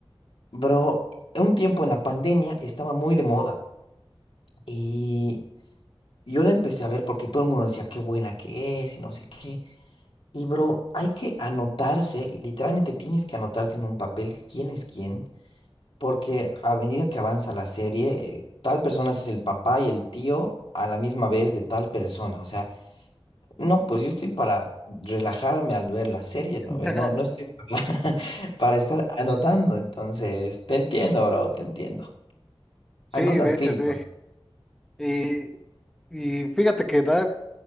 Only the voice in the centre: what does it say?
<laughs>
Sí,
de hecho,
sí.
Y, y fíjate que Dark